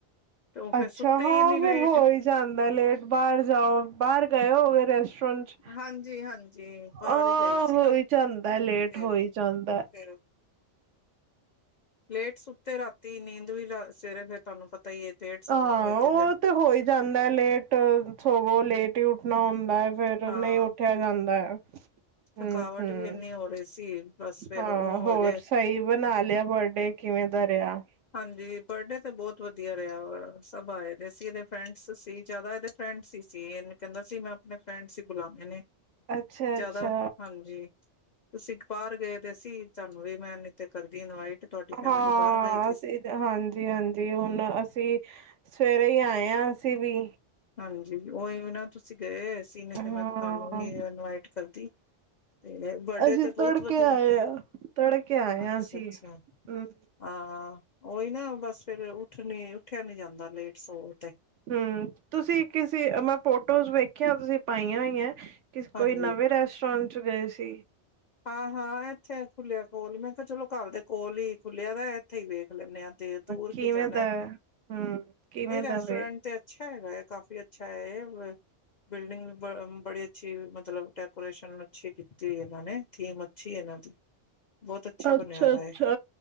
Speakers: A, on the left; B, on the right.
A: ਤੇ ਉਹ ਫੇਰ
B: ਅੱਛਾ
A: ਸੁੱਤੇ
B: ਹਾਂ
A: ਹੀ ਇੰਨੀ ਲੇਟ
B: ਫੇਰ ਹੋ ਹੀ ਜਾਂਦਾ ਲੇਟ ਬਾਹਰ ਜਾਓ ਬਾਹਰ ਗਏ ਹੋ ਰੈਸਟੋਰੈਟ
A: ਹਾਂਜੀ ਹਾਂਜੀ ਬਾਹਰ
B: ਹਾਂ
A: ਹੀ ਗਏ ਸੀ
B: ਹੋਈ
A: ਨਾ
B: ਜਾਂਦਾ ਲੇਟ
A: ਤੇ
B: ਹੋਈ ਜਾਂਦਾ
A: ਉਹ ਫੇਰ ਲੇਟ ਸੁੱਤੇ ਰਾਤੀ ਨੀਂਦ ਵੀ ਸਵੇਰੇ ਫਿਰ ਤੁਹਾਨੂੰ ਪਤਾ ਹੀ ਹੈ ਲੇਟ ਸਵਾਗੇ
B: ਹਾਂ
A: ਤੇ
B: ਉਹ
A: ਫਿਰ
B: ਤੇ ਹੋਈ ਜਾਂਦਾ ਹੈ ਲੇਟ ਸੋਵੇ ਲੇਟ ਹੀ ਉੱਠਣਾ ਹੁੰਦਾ ਹੈ ਫੇਰ
A: ਹਾਂ
B: ਨਹੀਂ ਉੱਠਿਆ ਜਾਂਦਾ ਹੈ
A: ਥਕਾਵਟ
B: ਹੁ ਹੁ
A: ਵੀ ਇੰਨੀ ਹੋ ਰਹੀ ਸੀ ਬਸ ਫੇਰ
B: ਹਾਂ
A: ਉਹ
B: ਹੋਰ
A: ਹਜੇ
B: ਸਹੀ ਬਣਾ ਲਿਆ ਬਰਡੇ ਕਿਵੇਂ ਦਾ ਰਿਹਾ
A: ਹਾਂਜੀ ਬਰਡੇ ਤੇ ਬਹੁਤ ਵਧੀਆ ਰਿਹਾ ਵਾ ਸਭ ਆਏ ਦੇ ਸੀ ਇਹਦੇ ਫਰੈਂਡਸ ਸੀ ਜ਼ਿਆਦਾ ਇਹਦੇ ਫਰੈਂਡਸ ਸੀ ਇਹਨੂੰ ਕਹਿੰਦਾ ਸੀ ਮੈਂ ਆਪਣੇ ਫਰੈਂਡਸ ਹੀ ਬੁਲਾਦੇ ਨੇ
B: ਅੱਛਾ
A: ਜਦੋ
B: ਅੱਛਾ
A: ਹਾਂਜੀ ਤੁਸੀਂ ਬਾਹਰ ਗਏ ਤੇ ਅਸੀ ਤੁਹਾਨੂੰ ਵੀ ਮੈਂ ਨਹੀ ਤੇ ਕਰਦੀ ਇਨਵਾਈਟ ਤੁਹਾਡੀ ਫੈਮਿਲੀ
B: ਹਾਂ
A: ਬਾਹਰ ਗਏ
B: ਹਾਂਜੀ ਹਾਂਜੀ ਹੁਣ ਅਸੀਂ ਸਵੇਰੇ ਹੀ ਆਏ ਹਾਂ ਅਸੀ ਵੀ
A: ਹਾਂਜੀ ਉਹੀ ਵੀ ਨਾ ਤੁਸੀਂ ਗਏ ਸੀ ਨਹੀ
B: ਹਾਂ
A: ਤੇ ਮੈਂ ਤੁਹਾਨੂੰ ਵੀ ਇਨਵਾਈਟ ਕਰਦੀ ਤੇ ਬਰਡੇ
B: ਅਸੀਂ
A: ਤੇ ਬਹੁਤ
B: ਤੜਕੇ
A: ਵਧੀਆ
B: ਆਏ ਆ ਤੜਕੇ ਆਇਆ
A: ਅੱਛਾ-ਅੱਛਾ
B: ਸੀ ਹੁ
A: ਹਾਂ ਉਹੀ ਨਾ ਬਸ ਫਿਰ ਉਠਣੀ ਉੱਠਿਆ ਨੀ ਜਾਂਦਾ ਲੇਟ ਸੋ ਤੇ
B: ਹੂੰਮ ਤੁਸੀਂ ਕਿਸੇ ਮੈਂ ਫੋਟੌਆ ਵੇਖਿਆ ਤੁਸੀਂ ਪਾਈਆਂ ਹੋਈਆਂ ਹੈ ਕਿਸ
A: ਹਾਂਜੀ
B: ਕੋਈ ਨਵੇਂ ਰੈਸਟੋਰੈਂਟ ਵਿਚ ਗਏ ਸੀ
A: ਹਾਂ ਹਾਂ ਇੱਥੇ ਖੁੱਲਿਆ ਕੋਲ ਮੈਂ ਕਿਹਾ ਚਲੋ ਘਰ ਦੇ ਕੋਲ ਹੀ ਖੁੱਲਿਆ ਵੈ ਇੱਥੇ ਹੀ ਵੇਖ ਲੈਂਦੇ ਹਾਂ ਦੇ ਦੂਰ
B: ਕਿਵੇਂ
A: ਕੀ ਜਾਣਾ
B: ਦਾ ਹੈ? ਹੂੰ ਕਿਵੇਂ
A: ਨਹੀਂ ਰੈਸਟੋਰੈਂਟ
B: ਦਾ ਵੇ
A: ਤੇ ਅੱਛਾ ਹੈਗਾ ਕਾਫੀ ਅੱਛਾ ਹੈ ਬਿਲਡਿੰਗ ਵੀ ਬੜੀ ਅੱਛੀ ਮਤਲਬ ਡੈਕੋਰੇਸ਼ਨ ਅੱਛੀ ਕੀਤੀ ਇਹਨਾਂ ਨੇ ਟੀਮ ਅੱਛੀ ਹੈ ਇਹਨਾਂ ਦੀ ਬਹੁਤ
B: ਅੱਛਾ
A: ਬਣਿਆ ਦਾ
B: ਅੱਛਾ
A: ਹੈ